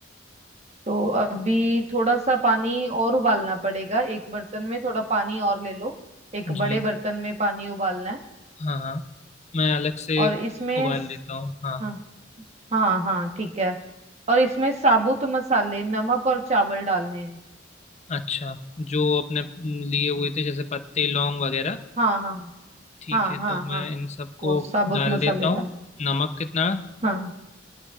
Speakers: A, on the right (about 35°); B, on the left (about 35°).
A: तो अभी थोड़ा सा पानी और उबालना पड़ेगा एक बर्तन में थोड़ा पानी और ले लो एक
B: जी
A: बड़े बर्तन में पानी उबालना है
B: हाँ हाँ मैं अलग से
A: और इसमें
B: उबाल
A: स-
B: लेता हूँ हाँ
A: हाँ हाँ हाँ ठीक है और इसमें साबुत मसाले नमक और चावल डालने हैं
B: अच्छा जो अपने हम्म, लिए हुए थे जैसे पत्ते लौंग वगैरह
A: हाँ हाँ
B: ठीक
A: हाँ
B: है
A: हाँ
B: तो
A: हाँ
B: मैं इन सबको
A: वो साबुत
B: डाल
A: मसाले
B: देता
A: डाल
B: हूँ नमक कितना
A: हाँ